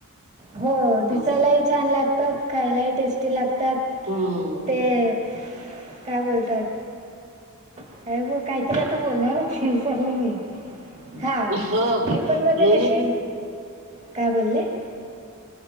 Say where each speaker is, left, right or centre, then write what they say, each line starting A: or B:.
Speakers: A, on the right; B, on the right.
A: हो. दिसायलाही
B: असं
A: छान लागतात. खायलाही टेस्टी लागतात.
B: हम.
A: ते काय बोलतात. अरे ब काहीतरी आता बोलणार होते. विसरले मी. हा
B: हो काय
A: मी
B: नाही
A: पण मते कशी
B: नाही
A: काय बोलले?